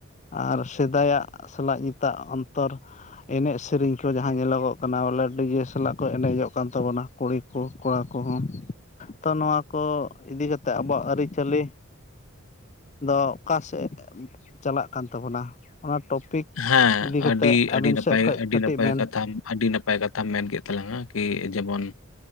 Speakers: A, on the left (about 35°); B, on the left (about 75°).
A: ᱟᱨ ᱥᱮᱫᱟᱭᱟᱜ ᱥᱟᱞᱟᱜ ᱱᱤᱛᱟᱜ ᱚᱱᱛᱚᱨ᱾ ᱮᱱᱮᱡ ᱥᱮᱨᱮᱧ ᱠᱚ ᱡᱟᱦᱟᱸ ᱧᱮᱞᱚᱜᱚᱜ ᱠᱟᱱᱟ ᱵᱚᱞᱮ ᱰᱤᱡᱮ ᱥᱟᱞᱟᱜ ᱠᱚ ᱮᱱᱮᱡᱚᱜ ᱠᱟᱱ ᱛᱟᱵᱚᱱᱟ᱾ ᱠᱩᱲᱤ ᱠᱚ ᱠᱚᱲᱟ ᱠᱚᱦᱚᱸ᱾ ᱛᱚ ᱱᱚᱣᱟ ᱠᱚ ᱤᱫᱤ ᱠᱟᱛᱮᱫ ᱟᱵᱚᱣᱟᱜ ᱟᱹᱨᱤᱪᱟᱹᱞᱤ ᱫᱚ᱾ ᱚᱠᱟᱥᱮᱫ ᱪᱟᱞᱟᱜ ᱠᱟᱱ ᱛᱟᱵᱚᱱᱟ? ᱚᱱᱟ ᱴᱚᱯᱤᱠ
B: ᱦᱮᱸ,
A: ᱤᱫᱤ ᱠᱟᱛᱮᱫ
B: ᱟᱹᱰᱤ ᱟᱹᱰᱤ
A: ᱟᱵᱮᱱ
B: ᱱᱟᱯᱟᱭ
A: ᱥᱮᱫ ᱠᱷᱚᱡ
B: ᱟᱹᱰᱤ
A: ᱠᱟᱹᱴᱤᱡ
B: ᱱᱟᱯᱟᱭ
A: ᱵᱮᱱ
B: ᱠᱟᱛᱷᱟᱢ ᱟᱹᱰᱤ ᱱᱟᱯ ᱱᱟᱯᱟᱭ ᱠᱟᱛᱷᱟᱢ ᱢᱮᱱ ᱠᱮᱫ ᱛᱟᱞᱟᱝᱟ ᱠᱤ ᱡᱮᱢᱚᱱ᱾